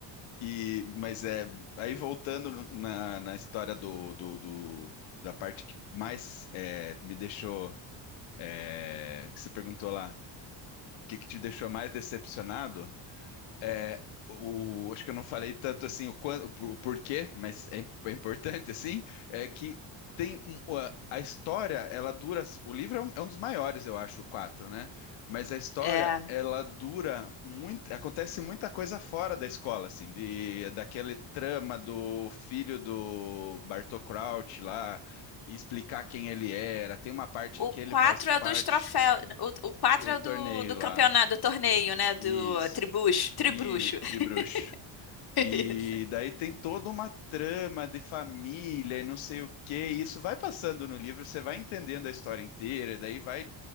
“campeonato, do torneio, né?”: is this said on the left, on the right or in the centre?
Left